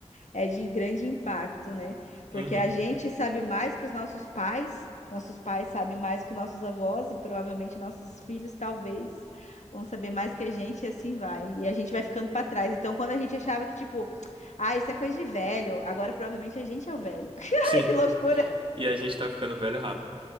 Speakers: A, on the left; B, on the right.
A: é de grande impacto, né? Porque
B: Uhum.
A: a gente sabe mais que os nossos pais, nossos pais sabem mais que nossos avós e provavelmente nossos filhos talvez vão saber mais que a gente e assim vai. E a gente vai ficando para trás. Então, quando a gente achava que tipo, ah, isso é coisa de velho, agora provavelmente a gente é o velho. <laughs>
B: Sim.
A: Ai, que loucura!
B: E a gente tá ficando velho rápido.